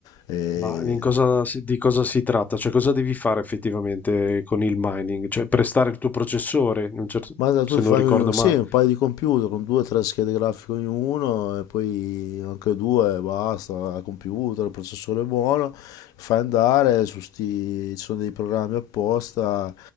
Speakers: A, on the left; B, on the left.
A: E...
B: Ma in cosa si- di cosa si tratta? Cioè, cosa devi fare effettivamente con il mining? Cioè, prestare il tuo processore, in un certo-
A: Ma da-
B: se
A: tu fai
B: non ricordo
A: un- sì,
B: male.
A: un paio di computer con due o tre schede grafiche ognuno e poi anche due, basta, al computer, il processore è buono, fai andare su sti, ci sono dei programmi apposta